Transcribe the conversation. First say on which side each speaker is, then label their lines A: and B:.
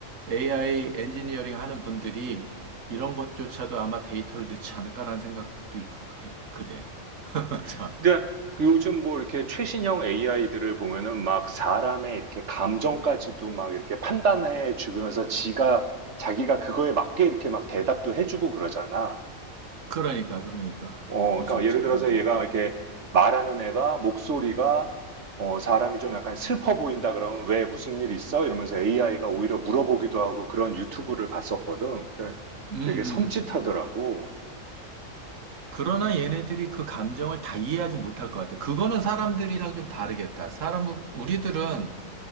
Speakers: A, on the right; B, on the right.
A: AI 엔지니어링 하는 분들이 이런 것조차도 아마 데이터를 넣지 않을까라는 생각도 있고 해. 그래. <laughs>
B: 음.
A: 참.
B: 근데 요즘 뭐 이렇게 최신형 AI들을 보면은 막 사람의 이렇게 감정까지도 막 이렇게 판단해 주면서 지가 자기가 그거에 맞게 이렇게 막 대답도 해주고 그러잖아.
A: 그러니까 그러니까
B: 어,
A: 무섭지.
B: 그러니까 예를 들어서
A: 아이고.
B: 얘가 이렇게 말하는 애가 목소리가 어, 사람이 좀 약간 슬퍼 보인다 그러면 왜 무슨 일 있어? 이러면서 AI가 오히려 물어보기도 하고 그런 유튜브를 봤었거든. 근데
A: 음. 음.
B: 되게 섬찟하더라고.
A: 그러나 얘네들이 그 감정을 다 이해하지 못할 것 같아. 그거는 사람들이랑 좀 다르겠다. 사람, 우리들은